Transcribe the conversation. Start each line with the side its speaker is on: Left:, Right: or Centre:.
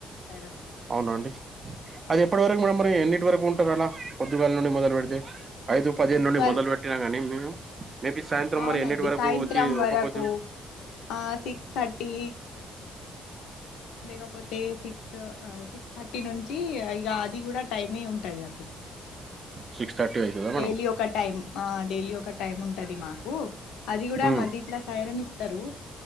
Left: సైరన్ కోసం
Right: అవునా అండి
Left: ఆ
Right: అది ఎప్పటి వరకు మేడం మరి ఎన్నింటి వరకు ఉంటారు అలా పొద్దుగాల నుండి మొదలు పెడితే ఐదు పదిహేను
Left: పొద్దుగాల
Right: నుండి మొదలుపెట్టినా కానీ మేము మేబీ సాయంత్రం
Left: అవునండి
Right: మరి ఎన్నిటి వరకు
Left: సాయంత్రం
Right: వచ్చి
Left: వరకు
Right: ఒకపోద్దు
Left: ఆ సిక్స్ థర్టీ లేకపోతే సిక్స్ సిక్స్ థర్టీ నుంచి ఇక అది కూడా టైమ ఉంటంది అండి
Right: సిక్స్ థర్టీ అవుతుందా
Left: డైలీ
Right: మేడం
Left: ఒక టైమ్ ఆ డైలీ ఒక టైమ్ ఉంటది మాకు అది కూడా
Right: ఉమ్
Left: మది ఇట్లా సాయర్ని ఇస్తారు